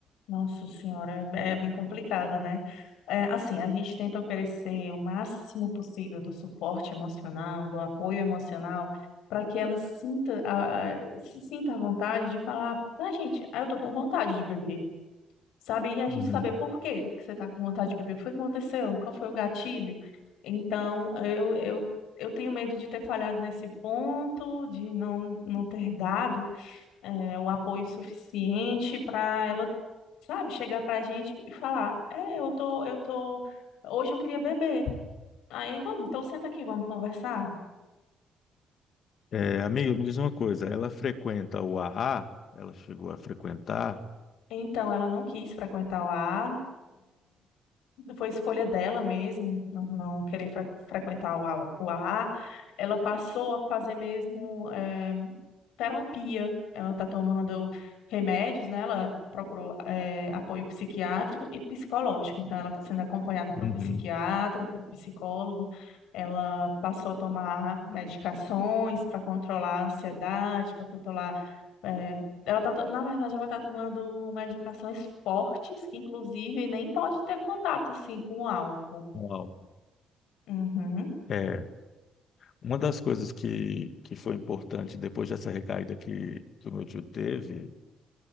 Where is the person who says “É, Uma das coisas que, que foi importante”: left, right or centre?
Left